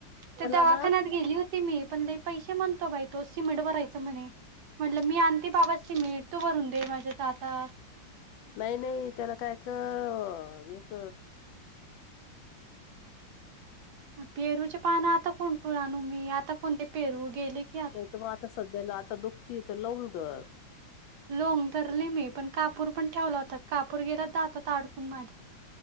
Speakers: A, on the right (about 65°); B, on the left (about 85°).
A: त्या दवाखान्यात
B: ना
A: गेली होती मी पण लई पैसे म्हणतो बाई तो. सिमेट भरायचा म्हणे, म्हणलं मी आणते बाबा समेट, तू भरून ते माझ्या दातात
B: नाही नाही त्याला काय कर, येच
A: परूचे पान आता कोंठुन आनू मी, आता कोणते पेरू गेले की
B: नाही त म आता सध्याला आता दुखतीय त, लवग धर.
A: लोंग धरली मी पण कापूर पण ठेवला होता कापूर गेरत जातात अडकून माझ्या